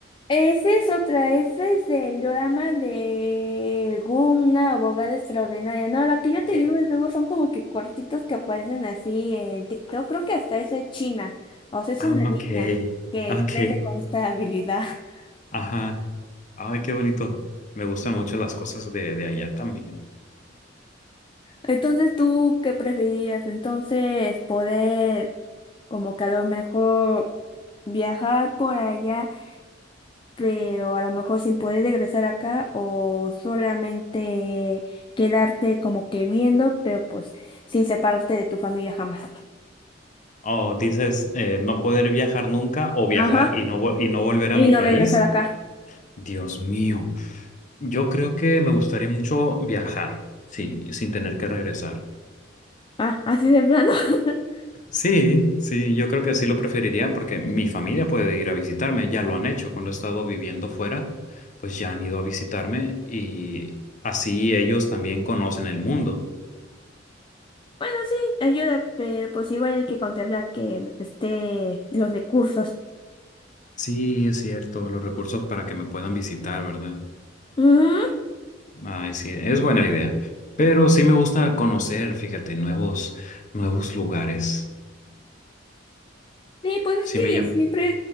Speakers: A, on the left; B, on the left.
A: Esa es otra, ese es del drama de Goom, una abogada extraordinaria. No, la que yo te
B: Eh,
A: digo es luego son como que cortitos que aparecen así en TikTok. Creo que hasta es de China. O sea, es
B: ah,
A: una niña
B: ok,
A: que
B: ok,
A: crece con esta habilidad. <laughs>
B: ajá. Ay, qué bonito. Me gustan mucho las cosas de, de allá también.
A: Entonces, ¿tú qué preferirías? Entonces, poder como que a lo mejor viajar por allá. pero a lo mejor sin poder regresar acá o solamente quedarte como que viendo, pero pues sin separarte de tu familia jamás.
B: Oh, dices, eh, no poder viajar nunca o viajar
A: Ajá,
B: y no, vo- y no volver
A: y
B: a mi
A: no
B: país.
A: regresar acá.
B: Dios mío, yo creo que me gustaría mucho viajar, sí, sin tener que regresar.
A: Ah, así de plano. <laughs>
B: Sí, sí, yo creo que así lo preferiría porque mi familia puede ir a visitarme, ya lo han hecho cuando he estado viviendo fuera, pues ya han ido a visitarme y así ellos también conocen el mundo.
A: Bueno, sí, ayuda, pero pues igual hay que contemplar que esté los recursos.
B: Sí, es cierto, los recursos para que me puedan visitar, ¿verdad?
A: Ujú.
B: Ay, sí, es buena idea, pero sí me gusta conocer, fíjate, nuevos, nuevos lugares.
A: Sí, pues es
B: Sí
A: que
B: me llama.
A: siempre